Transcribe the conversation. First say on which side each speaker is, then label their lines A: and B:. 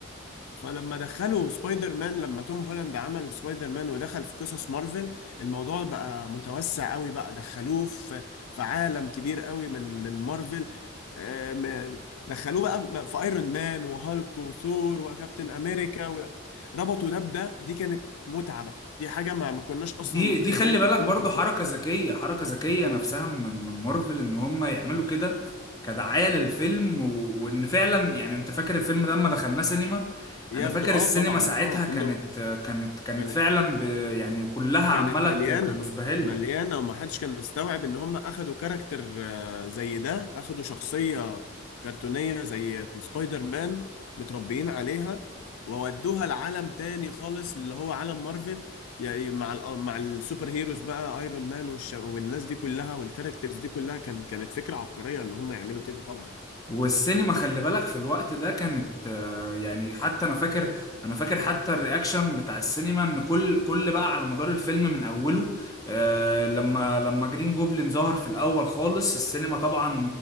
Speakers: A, on the left; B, on the left.
A: فلما دخلوا سبايدر مان لما توم هولاند عمل سبايدر مان ودخل في قصص مارفل الموضوع بقى متوسع قوي بقى دخلوه في في عالم كبير قوي من من مارفل آه، م- دخلوه بقى في ايرون مان وهالك وثور وكابتن امريكا و- ربطوا ده بده دي كانت متعة بقى دي حاجة ما ما كناش
B: دي
A: اصلا متخيلين
B: دي خلي
A: انها
B: بالك برضو
A: ممكن
B: حركة
A: تحصل.
B: ذكية حركة ذكية نفسها من من مارفل ان هم يعملوا كده كدعاية للفيلم و... وان فعلا يعني انت فاكر الفيلم ده لما دخلناه سينما
A: ياخدوا
B: انا فاكر
A: اه
B: السينما
A: طبعا
B: ساعتها
A: اه
B: كانت
A: انه
B: كانت كانت
A: كانت
B: فعلا ب... يعني كلها
A: كانت
B: عمالة
A: مليانة
B: ت- ت- مزبهلة
A: مليانة ومحدش كان مستوعب ان هم اخدوا كاركتر آه، زي ده اخدوا شخصية كرتونية زي سبايدر مان متربيين عليها وودوها لعالم تاني خالص اللي هو عالم مارفل يعني مع ال مع السوبر هيروز بقى ايرون مان والش- والناس دي كلها والكاركترز دي كلها كان كانت فكرة عبقرية ان هم يعملوا كده طبعا
B: والسينما خلي بالك في الوقت ده كانت آه، يعني حتى انا فاكر انا فاكر حتى الرياكشن بتاع السينما ان كل كل بقى على مدار الفيلم من اوله آه، لما لما جرين جوبلين ظهر في الاول خالص السينما طبعا